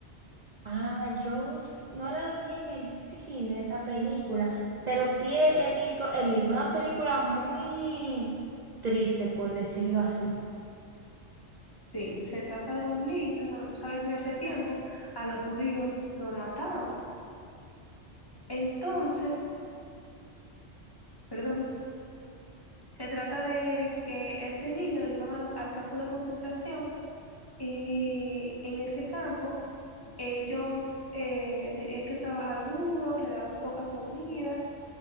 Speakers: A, on the right (about 50°); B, on the left (about 20°).
A: Ah, yo s- no la vi en el cine, esa película, pero sí he, he visto el libro, una película muy triste, por decirlo así.
B: Sí, se trata de un niño. Bueno, tú sabes que en ese tiempo a los judíos lo mataban. Entonces, <clears throat> perdón. Se trata de que ese niño lo llevan a lo- al campo de concentración y en ese campo ellos eh, tenían que trabajar duro, le daban poca comida